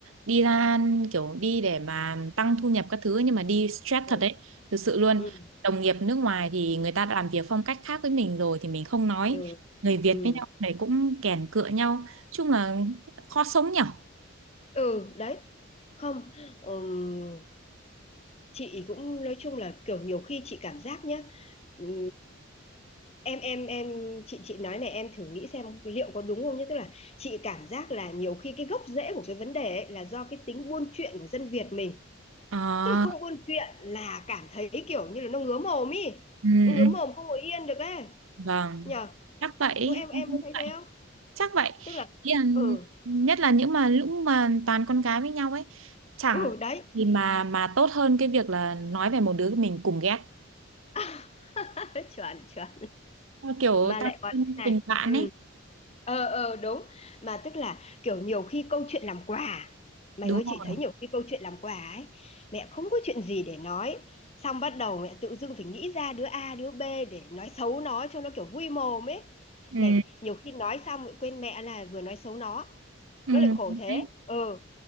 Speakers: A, on the right; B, on the left.
A: đi ra kiểu đi để mà tăng thu nhập các thứ nhưng mà đi stress thật
B: ừ
A: đấy thực sự luôn
B: ừ
A: đồng nghiệp nước ngoài thì người ta đã làm việc phong cách khác với mình rồi thì mình không nói
B: ừ
A: người Việt
B: ừ,
A: với nhau này cũng kèn cựa nhau chung là khó sống nhở
B: ừ. đấy Không, ừm, chị cũng nói chung là kiểu nhiều khi chị cảm giác nhá, ừm, em em em chị chị nói này em thử nghĩ xem liệu có đúng không nhé tức là chị cảm giác là nhiều khi cái gốc rễ của cái vấn đề ấy là do cái tính buôn chuyện của dân Việt mình
A: à,
B: tức là không buôn chuyện là cảm thấy kiểu như là nó ngứa mồm ý
A: ừ,
B: nó ngứa
A: ừ.
B: mồm không ngồi yên được ấy
A: vâng
B: nhờ
A: chắc vậy
B: đúng em em
A: em cũng
B: có thấy
A: vậy
B: thế không
A: chắc vậy
B: tức là
A: Ý là,
B: ừ
A: nhất là những mà lúc mà toàn con gái với nhau ấy chẳng
B: ừ đấy
A: thì mà mà tốt hơn cái việc là nói về một đứa mình cùng ghét
B: <laughs> chuẩn chuẩn
A: Ờ, kiểu
B: mà
A: tăng
B: lại còn
A: thêm
B: thế này
A: tình bạn
B: ừ
A: ấy
B: ờ ờ đúng mà tức là kiểu nhiều khi câu chuyện làm quà à? mày
A: đúng
B: ơi
A: rồi
B: chị thấy nhiều khi câu chuyện làm quà ấy mẹ không có chuyện gì để nói xong bắt đầu mẹ tự dưng phải nghĩ ra đứa A đứa B để nói xấu nó cho nó kiểu vui mồm ấy
A: ừ
B: này nhiều khi nói xong lại quên mẹ là vừa nói xấu nó
A: ừ
B: nó lại khổ thế
A: đấy
B: ừ